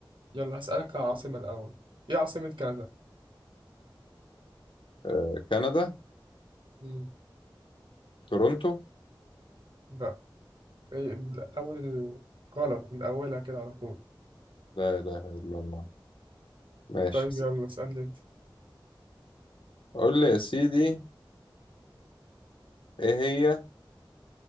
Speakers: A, on the right; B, on the left.
A: يلا هسألك على عاصمة الأول إيه عاصمة كندا؟
B: آه، كندا
A: مم.
B: تورونتو
A: بقى إيه، من أول ال- غلط من أولها كده على طول
B: لا إله إلا الله ماشي
A: طيب يلا اسألني أنت
B: قول لي يا سيدي ايه هي